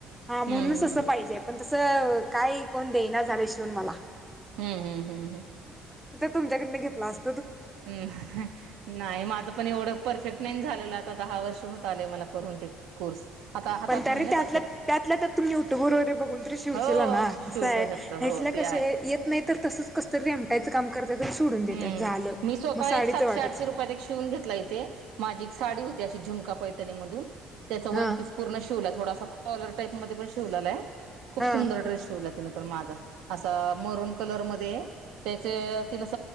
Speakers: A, in the centre; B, on the right.
A: हा
B: हम्म
A: म्हणूनच असं पाहिजेय पण तसं काय कोण देना झालं शिवून मला
B: हम्म हम्म हम्म हम
A: तुमच्याकडून घेतला अस
B: हम् नाही माझं पण एवढं परफेक्ट नाही झालेलं आ आता दहा वर्ष होत आले मला करून ते कोर्स आता हातात
A: पण त
B: नाही
A: रे
B: ना
A: त्यातल्या
B: तसं
A: त्यातल्या तुम्ही युट्यूबर वगैरे बघून तरी शिवचला
B: हो
A: ना
B: शिवत
A: असं आहे
B: शकत
A: ह
B: हो ते
A: केत
B: आहे
A: नाही त केय काम करतात आणि सोडून देतात
B: हम्म
A: झालं
B: मी स्वतः
A: मग साडीचं
B: एक सातशे
A: वाटच
B: आठशे रुपयात एक शिवून घेतला इथे माझी एक साडी होती शी झिमका पैटणी मधून त्याचा
A: हा
B: वन पीस पूर्ण शिवला थोडासा कॉलर टाईप मध्ये प शिवलेला आहे खूप
A: हा
B: सुंदर ्रेस शेवला तिनें मा म कलर त्या